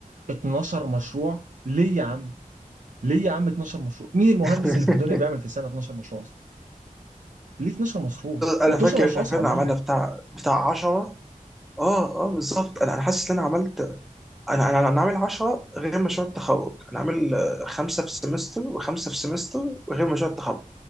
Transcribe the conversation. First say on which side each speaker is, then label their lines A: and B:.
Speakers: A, on the right (about 60°); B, in the centre.
A: 12 مشروع ليه يا عم ليه يا عم 12 مشروع مين المهندس
B: <laughs>
A: اللي في الدنيا بيعمل في السنة 12 مشروع اصلا ليه 12 مشروع
B: انا
A: و12
B: فاكر
A: مشروع
B: ان احنا
A: صعبين
B: فعلا عملنا بتاع بتاع 10 اه اه بالظبط انا انا حاسس ان انا عملت انا انا انا عامل 10 غير مشروع التخرج انا عامل آه، خمسه في السمستر وخمسه في السمستر وغير مشروع التخرج